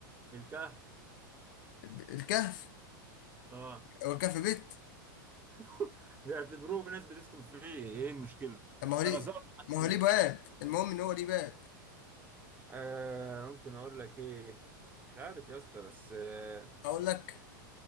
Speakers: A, on the right; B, on the left.
A: الكهف
B: ب- الكهف
A: اه
B: هو الكهف بيت
A: <laughs> بيعتبروه في ناس بتسكن فيه ايه المشكله
B: طب ما هو ليه
A: طرزات حد
B: ما
A: فيه
B: هو ليه باب المهم ان هو ليه باب
A: آه ممكن اقول لك ايه مش عارف يا اسطى بس آه
B: اقول لك